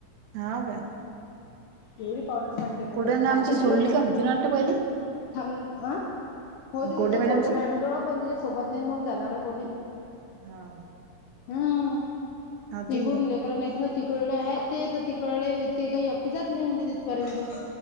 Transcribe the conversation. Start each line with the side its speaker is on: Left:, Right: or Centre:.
Right: हाव काय.
Left: एवढी पावडर साडली काय
Right: कोरडे
Left: त्यात
Right: मॅडम
Left: थांब
Right: आमची
Left: तुम्हाला
Right: सोडली का होती ना वाटतं पहिले
Left: थांब ना हं होती
Right: कोरडे
Left: तिथं
Right: मॅडमची
Left: कोठे मॅडम जवळ पण तिच्या सोबत नाही ना मग जाणार कोणी.
Right: हा
Left: हम्म
Right: हा ती
Left: इकून लेकर नाहीत ना. तिकडले आहेत ते तर तिकडले ते काही एकटी जात नाही म्हणते तिथपर्यंत.